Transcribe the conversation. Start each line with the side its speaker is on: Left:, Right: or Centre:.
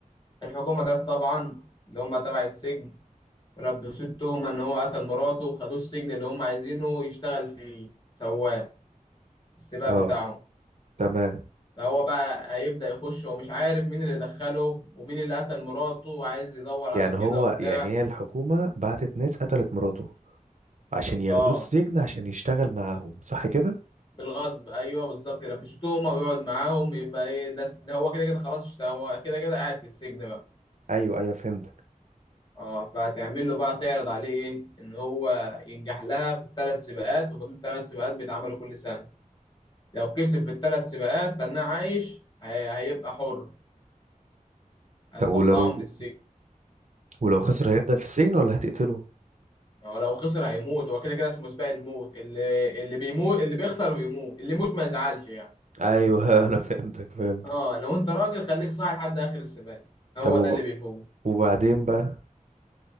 Left: الحكومة جت طبعا اللي هم تبع السجن ولبسوه التهمة إن هو قتل مراته وخدوه السجن اللي هم عايزينه يشتغل فيه سواق السباق بتاعه
Right: اه تمام
Left: فهو بقى هيبدأ يخش ومش عارف مين اللي دخله ومين اللي قتل مراته وعايز يدور على
Right: يعني
Left: كده
Right: هو
Left: وبتاع
Right: يعني هي الحكومة بعتت ناس قتلت مراته عشان ياخدوه
Left: اه
Right: السجن عشان يشتغل معاهم صح كده؟
Left: بالغصب ايوه بالظبط يلبسوه تهمة ويقعد معاهم يبقى ايه ده ده هو كده كده خلاص اشت- هو كده كده قاعد في السجن بقى
Right: ايوه ايوه فهمتك
Left: اه فهتعمل له بقى تعرض عليه ايه ان هو ينجح لها في الثلاث سباقات وما دول ثلاث سباقات بيتعملوا كل سنه لو كسب في الثلاث سباقات تناه عايش هي- هيبقى حر هتطلعه
Right: طب ولو
Left: من السجن
Right: ولو خسر هيفضل في السجن ولا هتقتله؟
Left: ولو خسر هيموت هو كده كده اسمه سباق الموت اللي اللي بيموت اللي بيخسر بيموت اللي يموت ما يزعلش يعني
Right: ايوه <laughs> انا فهمتك فهمتك
Left: اه لو انت راجل خليك صاحي لحد اخر السباق هو
Right: طب وب...
Left: ده اللي بيفوز
Right: وبعدين بقى